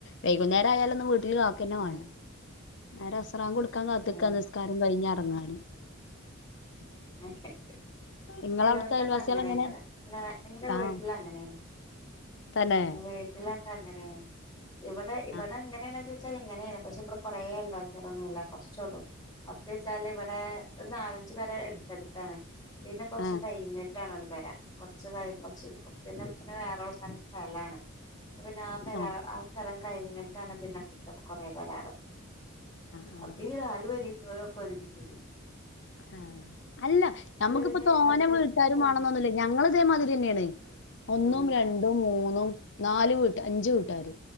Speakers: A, on the left; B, on the left.
A: വൈകുന്നേരം ആയാലൊന്നും വീ കാക്കന്നെ വേണ്ട
B: ആഹ്
A: നേരെ അസറാം കൊടുക്കാൻ കാത്ത് നിക്ക
B: ഉം
A: നിസ്കാരം കഴിഞ്ഞ കങ്ങാളി
B: <inaudible>
A: ഇങ്ങളെ
B: ചെലവിടത്തൊക്കെ
A: അവിടുത്തെ അയൽവാസികൾ
B: അങ്ങനെയൊക്കതെ
A: എങ്ങനെ
B: എന്റെ വീട്ടില്
A: ആഹ്
B: അങ്ങനെയാണ്
A: തന്നെ
B: വീട്ടിലൊക്കെ അങ്ങനെ ഇവിടെ ഇവിടെ
A: ആഹ്
B: അങ്ങനെയണ ച്ച ഇങ്ങനെയാണ് പക്ഷേ ഇടെ കൊറേ അൽവാസൊന്നുമില്ല കുറച്ചള്ളൂ കുറച്ച് വെച്ചാൽ ഇവിടെ ഒരു നാലഞ്ച് പര എടുത്തെടുത്താണ് പിന്നെ
A: ആഹ്
B: കൊറച്ച് കഴിഞ്ഞിട്ടാണ് ഒരു പര കുറച്ച് കഴി കുറച്ച് ഉപ്പന്നെ ഒപ്പിനെ വേറെ ഉളക്കൻ സ്ഥലാണ് പിന്നെ ആ പരാ
A: ആഹ് ആഹ്
B: ആ സ്ഥലം കഴിഞ്ഞിട്ടാണ് പിന്നെ അടുത്ത കൊറെേ പരാള്
A: ആഹ്
B: അപ്പേ അലുവരി തുഴക്കറ വിചി
A: ഹ് ആ അല്ല നമ്മുക്കിപ്പ
B: പിന്നെ
A: തോന
B: അടുത്തടുത്താണ്
A: വീട്ടാരും വണന്നൊന്നുമില്ല ഞങ്ങൾ ഇതേമാതിരി തന്നെയാണ് ഒന്നും
B: ഉം
A: രണ്ടും മൂന്നും നാല് വ് അഞ്ചു വീട്ടുകാര്